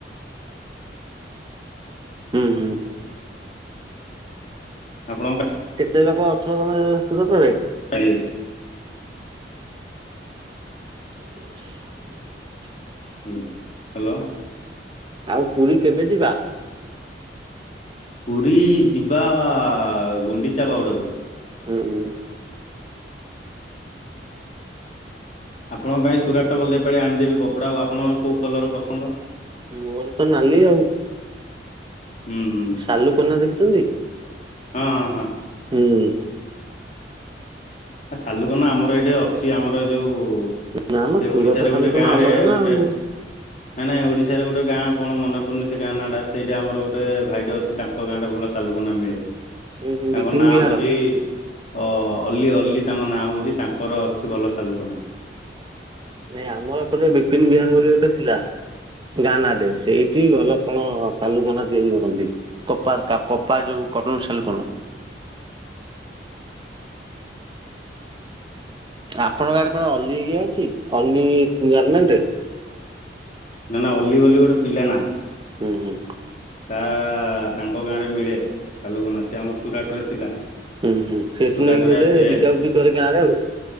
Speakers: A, on the right; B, on the left.
A: ହୁଁ ହୁଁ।
B: ଆପଣଙ୍କ
A: କେତେ ଲୋକ ଅଛ ତମେ ସୁରଟ ରେ
B: <inaudible>
A: <inaudible>
B: ହଁ ହାଲୋ।
A: ଆଉ ପୁରୀ କେବେ ଯିବା?
B: ପୁରୀ ଯିବା ଗୁଣ୍ଡିଚା ବାହୁଡ଼ାକୁ।
A: ହୁଁ ହଁ।
B: ଆପଣଙ୍କ ପାଇଁ ସୁରାଟ ଗଲେ ପାାଲି ଆଣିଦେବି କପଡା ଆପଣଙ୍କର କୋଉ କଲର ପସନ୍ଦ।
A: ମୋର ତ ନାଲି ଆଉ
B: ହୁଁ ହୁଁ
A: ସାଲୁ କନା ଦେଖିଛନ୍ତି।
B: ହଁ ହଁ ହଁ।
A: ହୁଁ।
B: ଆ ସାଲୁକନା ଆମର ଏଇଠି ଅଛି ଆମର ଯୋଉ
A: ନା ମ
B: ସେ
A: ସୁରଟ
B: ଓଡିଶାରେ
A: ସାଲୁକନା
B: ଗୋଟେ ଗାଁରେ
A: ଅଲଗା ନା
B: ଗୋଟେ
A: ଆଉ।
B: ନାଇଁ ନାଇଁ ଓଡିଶାରେ ଗୋଟେ ଗାଁ କଣ ମନେ ପଡନି ସେ ଗାଁ ନା ଟା ସେଇଟା ଆମର ଗୋଟେ ଭାଇଟେ ଅଛି ତାଙ୍କ ଗାଁ ରେ ଭଲ। ସାଲୁକନା ମିଳେ
A: ଉୁଁ ହୁଁ
B: ତାଙ୍କ
A: ବିପିନ
B: ନାଁ
A: ବିହାର
B: ହଉଛି। ଅ ଅଲ୍ଲିୀ ଅଲ୍ଲିୀ ତାଙ୍କ ନାଁ ହଉଛି ତାଙ୍କର ଅଛି ଭଲ ସାଲୁକନା।
A: ନାଇଁ ଆମର ଏ ପଟେ ବିପିନ ବିହାରୀ ବୋଲି ଗୋଟେ ଥିଲା। ଗାନାଟେ ସେଇଠି ଭଲ କଣ ସାଲୁକନା ତିଆରି କରନ୍ତି କପା କପା ଯୋଉ କଟନ ଶାଲୁ କନା ଆପଣଙ୍କ ଆଡେ କଣ ଅଲି ଇଏ ଅଛି ଅଲି ଗାର୍ମେଣ୍ଟେ?
B: ନା ନା ଅଲି ବୋଲିଲି ଗୋଟେ ପିଲା ନା।
A: ହୁଁ ହୁଁ
B: ତା ତାଙ୍କ ଗାଁରେ ମିଳେ ସାଲୁକନା ସେ ଆମ ସୁରାଟ ରେ ଥିଲା।
A: ହୁଁ ହୁଁ ସେଠୁ
B: ସୁରାଟରେ
A: ନେଇକି ବୋଧେ
B: ସିଏ
A: ବିକା ବିକି କରେ ଗାଁ ରେ ଆଉ।